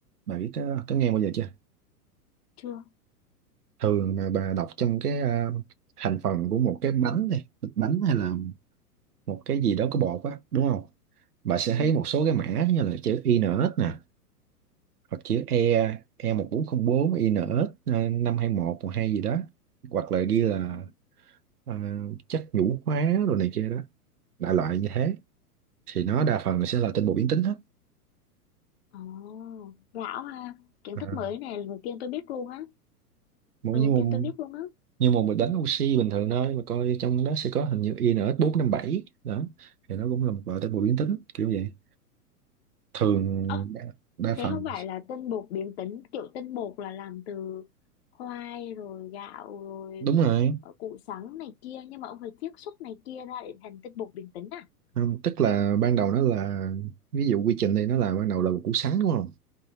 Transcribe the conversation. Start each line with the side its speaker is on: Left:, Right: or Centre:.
Right: bà biết có, có nghe bao giờ chưa
Left: chưa
Right: thường mà bà đọc trong cái à, thành phần của một cái bánh này thịt bánh hay là một cái gì đó có bột á đúng không bà sẽ
Left: ừ
Right: thấy một số cái mã như là chữ INS nè hoặc chữ E E1404 một bốn không INS à, năm hai một một hai gì đó hoặc là ghi là
Left: ừ.
Right: à, chất nhũ hóa rồi này kia đó đại loại như thế thì nó đa phần là sẽ là tinh bột biến tính hết
Left: ồ lão ha kiến
Right: À.
Left: thức mới này lần đầu tiên tôi biết luôn á
Right: Mỗi
Left: lần
Right: như
Left: đầu
Right: một
Left: tiên tôi biết luôn á
Right: như một bịch bánh oxy bình thường thôi mà coi trong đó sẽ có hình như i en ích 457 đó thì nó cũng là một loại tế bào biến tính kiểu vậy thường
Left: ừ.
Right: đa đa
Left: thế
Right: phần
Left: không phải là tinh bột biến tính kiểu tinh bột là làm từ khoai rồi gạo rồi
Right: đúng rồi
Left: ờ, củ sắn này kia nhưng mà ông phải chiết xuất này kia ra để thành tinh bột biến tính à
Right: không, tức là ban đầu nó là ví dụ quy trình thì nó là ban đầu là một củ sắn đúng không